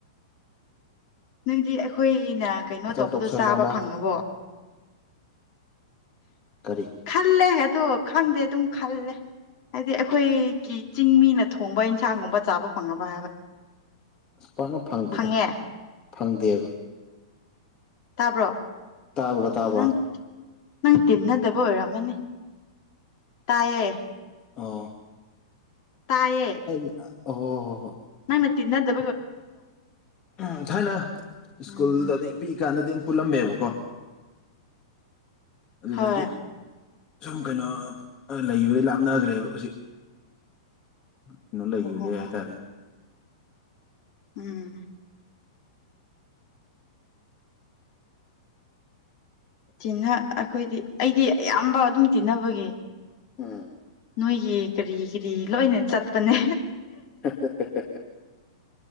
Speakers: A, on the left; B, on the left.
A: ꯅꯪꯗꯤ ꯑꯈꯣꯏꯅ ꯀꯩꯅꯣ
B: ꯃꯥꯁꯇꯔ
A: ꯇꯧꯕꯗꯣ
B: ꯇꯧꯁꯜꯂꯣꯅ
A: ꯆꯥꯕ ꯐꯪꯉꯕꯣ
B: ꯀꯔꯤ
A: ꯈꯜꯂꯦ ꯑꯗꯣ ꯈꯪꯗꯦ ꯑꯗꯨꯝ ꯈꯜꯂꯦ ꯍꯥꯏꯗꯤ ꯑꯈꯣꯏꯒꯤ ꯆꯤꯡ ꯃꯤꯅ ꯊꯣꯡꯕ ꯅ ꯏꯟꯁꯥꯡꯒꯨꯝꯕ ꯆꯥꯕ ꯐꯪꯉꯕ ꯍꯥꯏꯕ
B: ꯑꯁ ꯄꯥꯛꯅ ꯐꯪꯗꯦꯗ
A: ꯐꯪꯉꯦ
B: ꯐꯪꯗꯦꯕ
A: ꯇꯥꯕ꯭ꯔꯣ
B: ꯇꯥꯕ꯭ꯔꯥ ꯇꯥꯕ꯭ꯔꯥ
A: ꯑꯣ ꯅꯪ ꯅꯪ ꯇꯤꯟꯅꯗꯕ ꯑꯣꯏꯔꯝꯃꯅꯤ ꯇꯥꯏꯌꯦ
B: ꯑꯣ
A: ꯇꯥꯏꯌꯦ
B: ꯑꯩꯅ ꯑꯣ ꯍꯣ ꯍꯣ ꯍꯣ
A: ꯅꯪꯅ ꯇꯤꯟꯅꯗ
B: ꯎꯝ ꯊꯥꯏꯅ ꯁ꯭ꯀꯨꯜꯗꯗꯤ
A: ꯎꯝ
B: ꯄꯤꯛꯏ ꯀꯥꯟꯗꯗ ꯄꯨꯜꯂꯝꯃꯦꯕꯀꯣ ꯑꯗꯨꯗꯒꯤ
A: ꯍꯣꯏ
B: ꯁꯨꯝ ꯀꯩꯅꯣ ꯂꯩꯕꯗꯩ ꯂꯥꯞꯅꯈ꯭ꯔꯦꯕ ꯍꯧꯖꯤꯛ ꯀꯩꯅꯣ ꯂꯩꯒꯤꯕꯗꯩ
A: ꯑꯣ
B: ꯍꯥꯏꯇꯥꯔꯦꯅꯦ
A: ꯎꯝ ꯇꯤꯟꯅ ꯑꯈꯣꯏꯗꯤ ꯑꯩꯗꯤ ꯑꯌꯥꯝꯕ ꯑꯗꯨꯝ ꯇꯤꯟꯅꯕꯒꯤ
B: ꯎꯝ
A: ꯅꯣꯏꯒꯤ ꯀꯔꯤ ꯀꯔꯤ ꯂꯣꯏꯅ ꯆꯠꯄꯅꯦ
B: ꯍꯦꯍꯦꯍꯦ